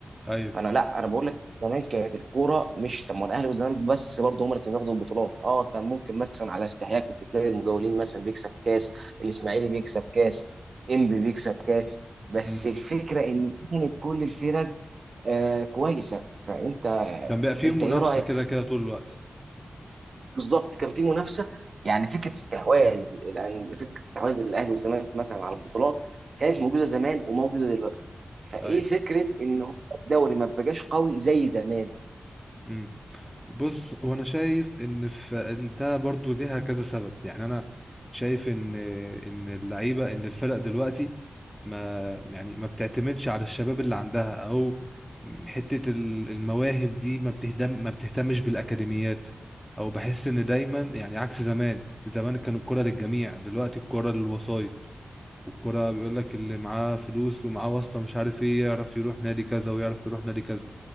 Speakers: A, in the centre; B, on the right (about 70°).
A: ايوه
B: فانا لا انا بقول لك زمان كانت الكوره مش طب ما الاهلي والزمالك بس برضه هم اللي كانوا بياخدوا البطولات اه كان ممكن مثلا على استحياء كنت تلاقي المجاولين مثلا بيكسب كاس الاسماعيلي بيكسب كاس انبي بيكسب كاس بس
A: امم
B: الفكره ان كانت كل الفرق آه كويسه فانت
A: كان بيبقى فيه
B: انت
A: منافسه
B: ايه رايك
A: كده
B: في
A: كده طول الوقت
B: <laughs> بالظبط كان في منافسه يعني فكره استحواذ يعني فكره استحواذ الاهلي والزمالك مثلا على البطولات كانت موجوده زمان وموجوده دلوقتي فايه
A: ايوه
B: فكره ان هو الدوري ما بقاش قوي زي زمان
A: امم بص هو انا شايف ان في ده برضو ليها كذا سبب يعني انا شايف ان ان اللعيبه ان الفرق دلوقتي ما يعني ما بتعتمدش على الشباب اللي عندها او حته ال- المواهب دي ما بتهتم ما بتهتمش بالاكاديميات او بحس ان دايما يعني عكس زمان زمان كانوا الكرة للجميع دلوقتي الكرة للوسائط والكرة بيقول لك اللي معاه فلوس ومعاه واسطة مش عارف ايه يعرف يروح نادي كذا ويعرف يروح نادي كذا